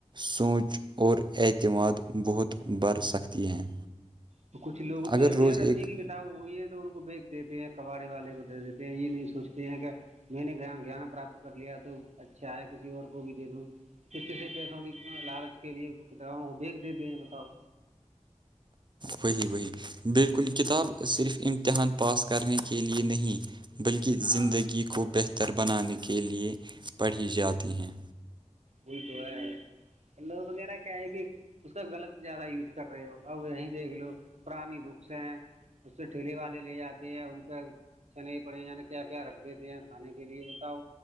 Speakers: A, on the right (about 40°); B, on the right (about 65°).
A: سوچ اور اعتماد بہت برھ سکتی ہیں
B: تو کچھ لوگ تو
A: اگر
B: ایسے
A: روز
B: ہی رہتے
A: ایک
B: ہیں کہ ہوئی ہے تو ان کو بییک دیتے ہیں کباڑے والے کو دے دیتے ہیں یہ نہیں سوچتے ہیں کہ میں نے گان پراپت کر لیا تو اچھا ہے کسی اور کو بھی دے دوں کہ کسی پیسوں کی لالچ کے لیے کتابوں کو بھیج دیتے ہیں بتاؤ
A: وہحیح وہحیح بالکل کل کتاب
B: جی
A: صرف امتحان پاس کرنے کے لیے نہیں بلکہ
B: ہاں
A: زندگی کو بہتر بنانے کے لیے پڑھی جاتی ہیں
B: وہول تو ہے لو وغیرہ کیا ہے کہ اس کا غلط زیادہ یوز کر رہے ہو اب یہیں دیکھ لو پرانی بکس ہیں اس سے ٹھیے والے لے جاتے ہیں ان پ چنے پڑے یع کیا کیا رکھ دیتے ہیں کھانے کے لیے بتاؤ